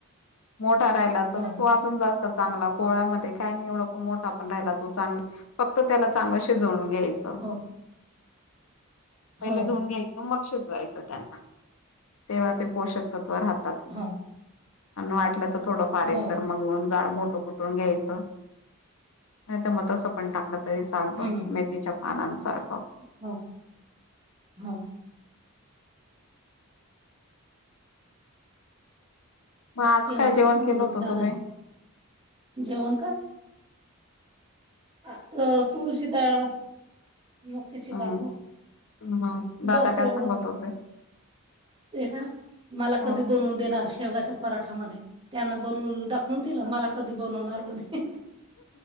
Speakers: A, on the left (about 70°); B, on the right (about 25°).
A: मोठा राहिला तर
B: हो,
A: त अजून जा चांगला कोळ्यामध्ये काय नाही एवढा पण मोठा पण राहिला तो चांगला फक्त त्याला चांगला शि जवून घ्यायच.
B: हो,
A: पहिले
B: हो,
A: धुून घ्याय मग शिजवायचं त्यांना तेव्हा ते पोषक तत्व राहतात.
B: हो.
A: आणि वाटलं तर थोडं फार
B: हो,
A: एक तर मग म जाड मोठं कुठून घ्यायचं नाही तर मग तस पण टाकलं तरी चालतो
B: हं,
A: मेथीच्या पानांसारखं
B: हो हो.
A: मग आज
B: केव
A: काय
B: अस
A: जेवण
B: सांगत
A: केलं
B: होत
A: होतं
B: दादा
A: तुम्ही
B: जेवण काय? आ तुळरची डाळ मक्याची
A: हम्म
B: भाकर.
A: <unintelligible>
B: बस एवढंच
A: काय सांगत
B: ना,
A: होते
B: ते का मला
A: हम्म
B: कधी बनवून देणार शेवगाचा पराठा म्हणे त्यांना बनवून दाखवून दिलं मला कधी बनवणार म्हणे.